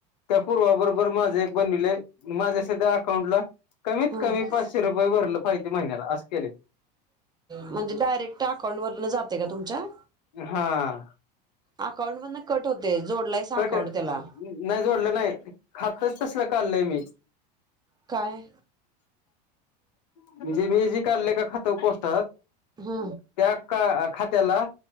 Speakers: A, on the left; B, on the right.
A: त्या पूर्वा बरोबर माझं एक बनिवलंय, माझ्या सध्या अकाउंटला कमीत
B: हा,
A: कमी पाचशे रुपये भरलं पाहिजे महिन्याला असं केलंय
B: म्हणजे डायरेक्ट अकाउंटवरण जातय का तुमच्या?
A: हां
B: अकाउंट मधन कट होतंय, जोडलायसा
A: कट
B: अकाउंट त्येला
A: नाही जोडल नाही खातच तसल कालय मी
B: काय
A: म्हणजे मी जे काडलय काय खात पोस्टात
B: हा
A: त्या खात्याला